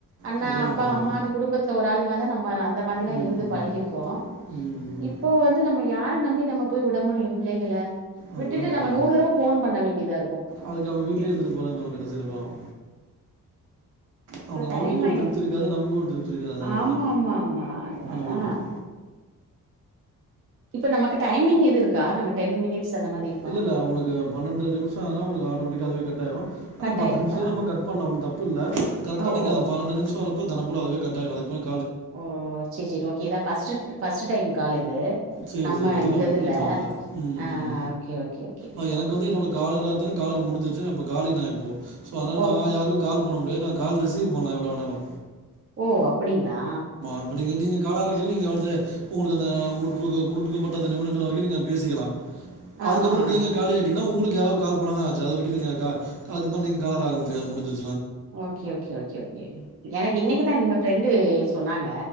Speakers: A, on the right; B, on the right.
A: அண்ணா
B: அப்படி தான்
A: அப்பா
B: கூப்பிடுவாங்க
A: அம்மான்னு குடும்பத்துல ஒரு ஆளு மாரிதா நம்ம அந்த மாதிரிலா
B: ம்
A: இருந்து பழகிருக்கோ
B: ம்
A: இப்போ வந்து நம்ம யார நம்பி நம்ம போய் விட முடியு பிள்ளைகள?
B: அதுதா
A: விட்டுட்டு நம்ம
B: பயோ
A: நூறு தடவ ஃபோன் பண்ண வேண்டியதா இருக்கு
B: அதுக்கு அவங்க வீட்லயே
A: இப்ப
B: இருந்துட்டு போலான் தோணு கடைசில பாவோ
A: சோ
B: அவங்க
A: டைம்
B: அவுளுக்கு ஒரு
A: ஆயிரு
B: திருப்தி இருக்காது நமக்கு ஒரு திருப்தி இருக்காது அந்த எடத்துல
A: ஆமா ஆமா ஆமா
B: அனுப்பி
A: அதா
B: விட்டுட்டு
A: இப்ப நமக்கு டைமிங் எது இருக்கா நம்ம டென் மினிட்ஸ் அந்த மாரி இருக்கு
B: இல்ல இல்ல உங்களுக்கு பன்னெண்டு நிமிஷோ ஆனோ உங்களுக்கு ஆட்டோமேட்டிக்கா அதுவே கட் டாயிரு ஆனா
A: கட்
B: பத்து
A: ஆயிருங்களா
B: நிமிஷத்துலயு நம்ம கட் பண்லா ஒன்னு தப்பில்ல கரெக்டா
A: ஓ
B: நீங்க
A: ஓ
B: பன்னெண்டு நிமிஷோ வர்றப்போ தன்ன போல அதுவே கட்டாயிரு அதுக்கு மேல
A: ஓ சேரி சேரி ஓகே இதா first to first time call இது
B: சேரி
A: நம்ம
B: சேரி அதெல்லா
A: இந்த
B: ஒன்னு
A: இதுல
B: பிரச்சன இல்ல ம்
A: ஆ
B: ம்
A: ஓகே ஓகே ஓகே
B: அ எனக்கு வந்து என்னோட காலரா இருந்தே காலர் முடிஞ்சிருச்சு நா இப்போ காலி நா இப்போ சோ அதனால
A: ஓ
B: நா யாருக்கு கால் பண்ண முடியாது நா கால் ரிசீவ் பண்லா எவ்ளோ வேண்ணாலு
A: ஓ அப்படிங்களா?
B: இப்ப நீங்க நீங்க காலரா இருக்கயில நீங்க வந்து உங்களுக்கு அந்த உங்களுக்கு உங்களுக்கு குடுக்கப்பட்ட அந்த நிமிடங்கள் வரைக்கு நீங்க பேசிக்கலா
A: ஆ
B: அதுக்கப்பறோ
A: ஆ ஆ
B: நீங்க காலி ஆயிட்டீங்கன்னா உங்களுக் கு யாராவது கால் பண்ணாதா ஆச்சு அதுவரைக்கு நீங்க கா அதுக்கப்பறோ நீங்க காலர் ஆக முடியாது முடிஞ்சிரு
A: ஓகே ஓகே ஓகே ஓகே ம் எனக்கு இன்னைக்குதா என்னோட ஃபிரெண்ட் டு சொ ன்னாங்க